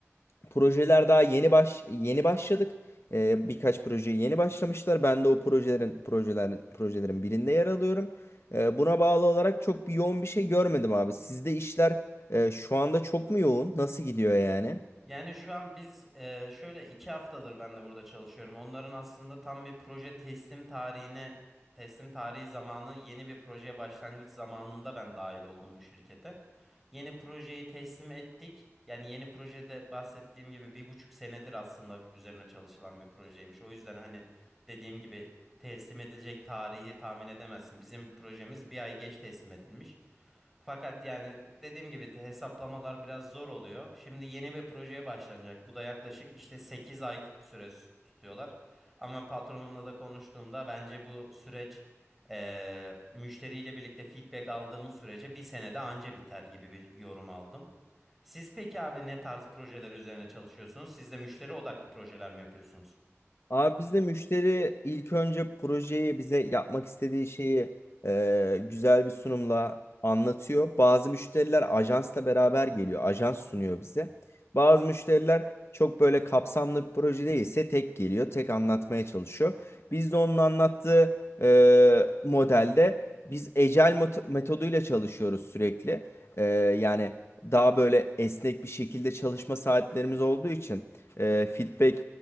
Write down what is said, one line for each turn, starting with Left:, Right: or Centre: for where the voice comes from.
Left: projeler daha yeni baş yeni başladık. E, birkaç projeye yeni başlamışlar. Ben de o projelerin projelerin projelerin birinde yer alıyorum. E, buna bağlı olarak çok bir yoğun bir şey görmedim abi. Sizde işler e, şu anda çok mu yoğun? Nasıl gidiyor yani?
Centre: Yani şu an biz e, şöyle iki haftadır ben de burada çalışıyorum. Onların aslında tam bir proje teslim tarihine teslim tarihi zamanı yeni bir projeye başlangıç zamanında ben dahil oldum bu şirkete. Yeni projeyi teslim ettik. Yani yeni projede bahsettiğim gibi bir buçuk senedir aslında üzerine çalışılan bir projeymiş. O yüzden hani dediğim gibi teslim edilecek tarihi tahmin edemezsin. Bizim projemiz bir ay geç teslim edilmiş. Fakat yani dediğim gibi de hesaplamalar biraz zor oluyor. Şimdi yeni bir projeye başlanacak. Bu da yaklaşık işte 8 ay süre s- tutuyorlar. Ama patronumla da konuştuğumda bence bu süreç eee, müşteriyle birlikte feedback aldığımız sürece bir senede anca biter gibi bir yorum aldım. Siz peki abi ne tarz projeler üzerine çalışıyorsunuz? Siz de müşteri odaklı projeler mi yapıyorsunuz?
Left: Abi bizde müşteri ilk önce projeyi bize yapmak istediği şeyi e, güzel bir sunumla anlatıyor. Bazı müşteriler ajansla beraber geliyor. Ajans sunuyor bize. Bazı müşteriler çok böyle kapsamlı bir proje değilse tek geliyor, tek anlatmaya çalışıyor. Biz de onun anlattığı e, modelde biz Agile mot- metoduyla çalışıyoruz sürekli. E, yani daha böyle esnek bir şekilde çalışma saatlerimiz olduğu için e, feedback